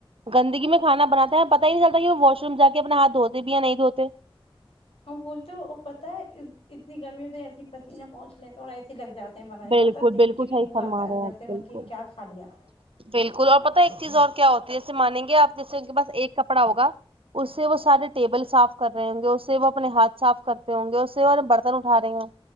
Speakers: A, on the right (about 70°); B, on the left (about 75°).
A: گندگی میں کھانا بناتے ہیں پتہ ہی نہیں چلتا کی وہ واش روم جا کے اپنے ہاتھ دھوتے بھی یا نہیں دھوتے
B: اور وہی تو پتا ہے اتنی گرمی ہوتی ہے ایس پسینہ پہنچ لے تو اور ایسے لگ جاتے ہیں بنے
A: بالکل
B: پتا دیکھ
A: بالکل
B: کے بھی
A: صحیح
B: وہ
A: فرما
B: آتا ہے
A: رہے
B: اندر
A: ہیں آپ
B: سے وہ اتا
A: بالکل
B: ہے کے کیا کھا لیا
A: بالکل اور پتہ ہے ایک چیز اور کیا ہوتی ہے جیسے مانیں گے آپ جیسے اسکے پاس ایک کپڑا ہوگا اس سے وہ سارے ٹیبل صاف کر رہے ہوں گے اس سے وہ اپنے ہاتھ صاف کرتے ہوں گے اس سے وہ برتن اٹھا رہے ہے